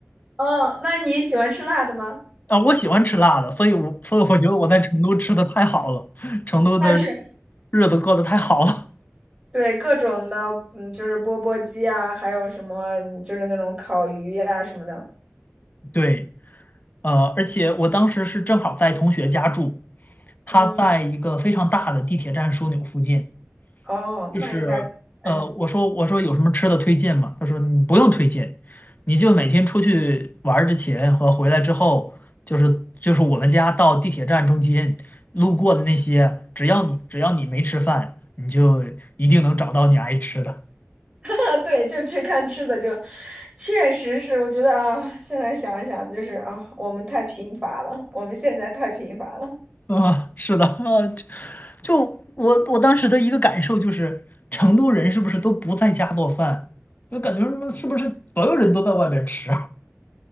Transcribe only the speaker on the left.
啊，我喜欢吃辣的，所以我所以我觉得我在成都吃的太好了，成都的
日子过得太好了。
<laughs> 对。呃，而且我当时是正好在同学家住，他在一个非常大的地铁站枢纽附近。
就是呃，
我说我说有什么吃的推荐吗？他说你不用推荐，你就每天出去玩儿之前和回来之后，就是就是我们家到地铁站中间路过的那些，只要你只要你没吃饭，你就一定能找到你爱吃的。
啊，是的，啊，就就我我当时的一个感受就是，成都人是不是都不在家做饭？就感觉什么是不是所有人都在外边吃啊？